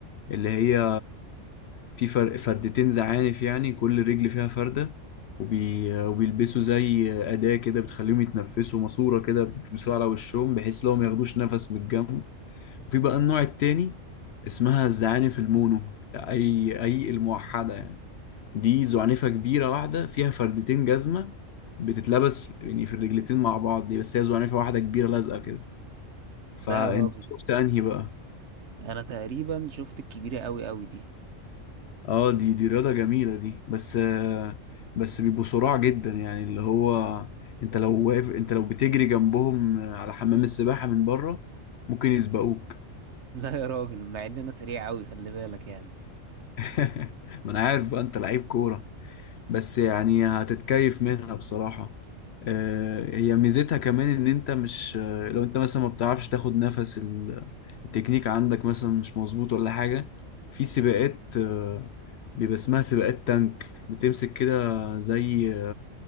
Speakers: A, on the left; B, on the right.
A: اللي هي في فرق فردتين زعانف يعني كل رجل فيها فردة وبي... وبيلبسوا زي أداة كده بتخليهم يتنفسوا ماسورة كده بيلبسوها على وشهم بحيث لو ما ياخدوش نفس من الجنب وفي بقى النوع التاني اسمها الزعانف المونو أي أي الموحدة يعني دي زعنفة كبيرة واحدة فيها فردتين جزمة بتتلبس يعني في الرجلتين مع بعض دي بس هي زعنفة واحدة كبيرة لازقة كده فأنت
B: لا يا راجل
A: شفت أنهي بقى؟
B: أنا تقريبا شفت الكبيرة أوي أوي دي
A: اه دي دي رياضة جميلة دي بس آه، بس بيبقوا صراع جدا يعني اللي هو انت لو واقف انت لو بتجري جنبهم على حمام السباحة من بره ممكن يسبقوك
B: <laughs> لا يا راجل مع إن أنا سريع أوي خلي بالك يعني
A: <laughs> ما انا عارف بقى انت لعيب كورة بس يعني هتتكيف منها بصراحة آه، هي ميزتها كمان ان انت مش آه، لو انت مثلا ما بتعرفش تاخد نفس ال- التكنيك عندك مثلا مش مظبوط ولا حاجة في سباقات آه، بيبقى اسمها سباقات تانك بتمسك كده زي